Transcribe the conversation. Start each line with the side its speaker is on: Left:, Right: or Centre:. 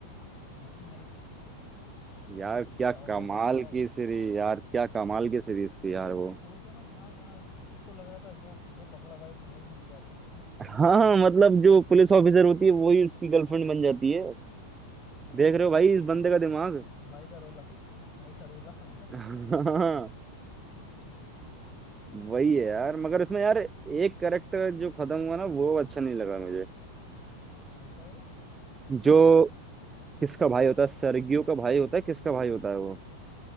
Left: मनी हाइस्ट देखी है
Right: यार क्या
Left: चाओ
Right: कमाल
Left: बेला चाओ
Right: की सीरीज यार क्या कमाल की सीरीज थी
Left: भाई
Right: यार वो
Left: सोचो ना कहाँ कहाँ जिसको लग रहा था जो जो पकड़ा पाएगी वही मिल जाती है
Right: हाँ मतलब
Left: <laughs>
Right: जो पुलिस ऑफिसर होती है वही उसकी गर्लफ्रेंड बन जाती है
Left: अ,
Right: देख रहे हो भाई इस बंदे का दिमाग
Left: भाई का रोला भाई का रोला <laughs>
Right: <laughs> हाँ
Left: हम्म,
Right: वही है यार मगर उसमें यार
Left: सही
Right: एक
Left: है।
Right: करेक्टर जो खत्म हुआ ना वो अच्छा नहीं लगा मुझे
Left: कौन सा वाला
Right: जो किसका भाई होता है सर्गियो का भाई होता है किसका भाई होता है वो